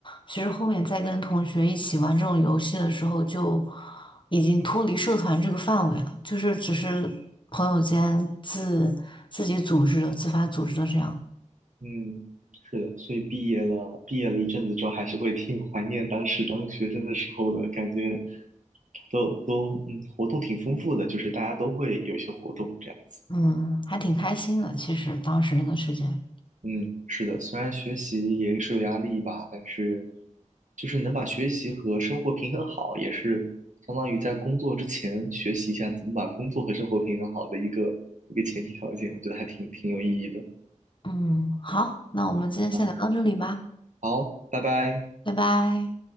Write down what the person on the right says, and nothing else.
嗯，是的，所以毕业了，毕业了一阵子之后，还是会挺怀念当时当学生的时候的感觉都，都嗯，活动挺丰富的，就是大家都会有一些活动这样子。
嗯，是的，虽然学习也是有压力吧，但是就是能把学习和生活平衡好，也是相当于在工作之前学习一下怎么把工作和生活平衡好的一个一个前提条件，我觉得还挺挺有意义的
啊。好，拜拜。